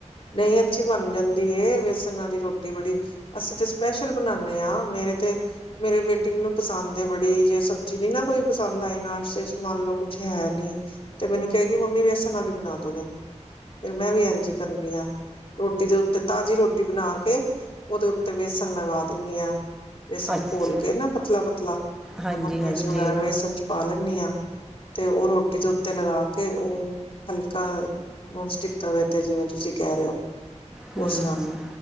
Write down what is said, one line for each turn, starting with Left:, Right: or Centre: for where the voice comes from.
Left: ਨਹੀਂ ਅੱਛੀ ਬਨ ਜਾਂਦੀ ਏ ਵੇਸਣ ਵਾਲੀ ਰੋਟੀ ਬੜੀ ਅਸੀਂ ਤੇ ਸਪੈਸ਼ਲ ਬਨਾਨੇ ਆ ਮੇਰੇ ਤੇ ਮੇਰੇ ਬੇਟੀ ਨੂੰ ਪਸੰਦ ਏ ਬੜੀ ਜੇ ਸਬਜ਼ੀ ਨੀ ਨਾ ਕੋਈ ਪਸੰਦ ਆਈ ਨਾਸ਼ਤੇ ਚ ਮੰਨ ਲਓ ਕੁ ਹੈ ਨੀ ਤੇ ਮੈਨੂੰ ਕਹੇ ਗੀ ਮੰਮੀ ਵੇਸਣ ਆਲੀ ਬਣਾ ਦੋ ਮੈਨੂੰ ਫਿਰ ਮੈਂ ਵੀ ਇੰਝ ਕਰਨੀ ਆ ਰੋਟੀ ਦੇ ਉੱਤੇ ਤਾਜ਼ੀ ਰੋਟੀ ਬਨਾ ਕੇ, ਉਹਦੇ ਉੱਤੇ ਵੇਸਣ ਲਗਾ ਦਿਨੀ ਆ ਵੇਸਣ
Centre: ਅੱਛਾ
Left: ਘੋਲ ਕੇ ਨਾ ਪਤਲਾ ਪਤਲਾ
Centre: ਹਾਂਜੀ
Left: ਨਮਕ ਮਿਰਚ
Centre: ਹਾਂਜੀ
Left: ਵਗੈਰਾ ਵੇਸਣ ਚ ਪਾ ਲੈਂਨੀ ਆ ਤੇ ਉਹ ਰੋਟੀ ਦੇ ਉੱਤੇ ਲਗਾ ਕੇ ਉਹ ਹਲਕਾ ਨੋਨ ਸਟਿਕ ਤਵੇ ਤੇ, ਜਿਵੇਂ ਤੁਸੀਂ ਕਹਿ ਰਹੇ ਹੋ
Centre: ਹਮ
Left: ਉਸ ਤਰ੍ਹਾਂ
Centre: ਹਮ